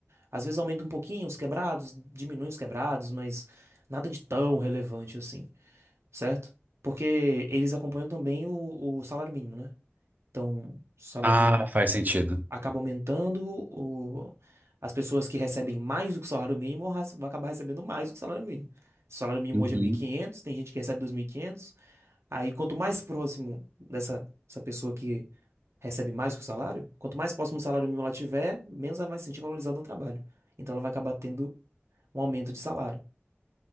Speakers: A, on the right; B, on the right.
A: Às vezes aumenta um pouquinho os quebrados, diminui os quebrados, mas nada de tão relevante assim. certo? Porque eles acompanham também o, o salário mínimo, né? Então, o salário
B: Ah,
A: mínimo
B: faz sentido.
A: acaba aumentando, o, as pessoas que recebem mais do que o salário mínimo ra- vão acabar recebendo mais do que o salário mínimo. O salário mínimo
B: Uhum.
A: hoje é mil e quinhentos tem gente que recebe dois mil e quinhentos Aí, quanto mais próximo dessa essa pessoa que recebe mais do que o salário, quanto mais próximo do salário mínimo ela tiver, menos ela vai se sentir valorizada no trabalho. Então, ela vai acabar tendo um aumento de salário,